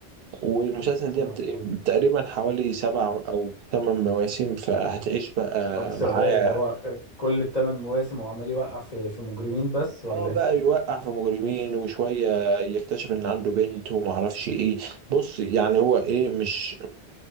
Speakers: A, on the right; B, on the left.
A: والمسلسل
B: تمام
A: ده بت- تقريبا حوالي سبع او ثمان مواسم فهتعيش بقى
B: طب سؤال
A: معاه
B: هو كل الثمان مواسم هو عمال يوقع في في مجرمين بس ولا
A: اه بقى
B: إيه؟
A: يوقع في مجرمين وشويه يكتشف ان عنده بنت وما اعرفش ايه بص يعني هو ايه مش